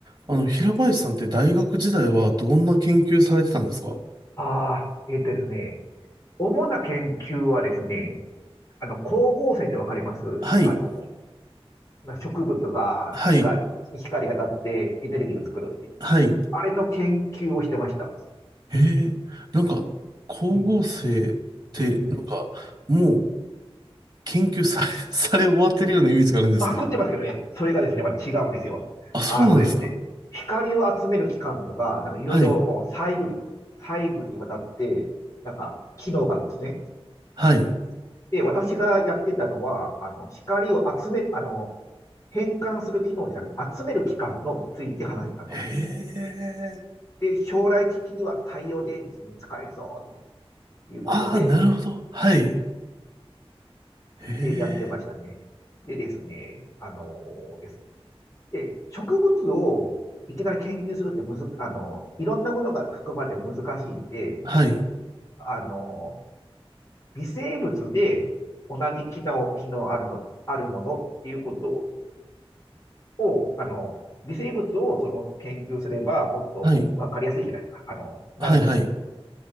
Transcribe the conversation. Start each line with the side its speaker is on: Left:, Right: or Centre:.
Right: あの、平林さんって大学時代はどんな研究されてたんですか
Left: ああ、えっとですね、主な研究はですね、あの、光合成ってわかりますあの、
Right: はい、
Left: 植物が光、
Right: はい、
Left: 光が当たってエネルギーを作るって。
Right: はい。
Left: あれの研究をしてました。
Right: へえ、なんか、光合成って、
Left: うん。うん。
Right: なんか、もう研究され、<laughs> され終わってるようなイメージがあるんですけど。
Left: まあ、食ってますけどね、それがですね、まだ違うんですよ。
Right: あ、そうなんですか
Left: あのですね、光を集める器官とか、なんかいろいろもう細部に、
Right: はい、
Left: 細部にわたって、なんか機能があるんですね。
Right: はい。
Left: で、私がやってたのは、あの、光を集める、あの、変換する機能じゃなくて、集める機関のついて話、あの、
Right: へえ、
Left: で、将来的には太陽電池に使えるぞっていうことで、
Right: ああ、なるほど。はい。へ
Left: で、やってましたね。
Right: え、
Left: でですね、あのーですねで、植物をいきなり研究するってむず、あの、いろんなものが含まれて難しいんで、
Right: はい、
Left: あの、微生物で同じ機能、機能あるの、あるものっていうことを、あの、微生物をその研究すればもっとわかりやすいじゃないですか。
Right: はい、
Left: あの、な
Right: はい、はい。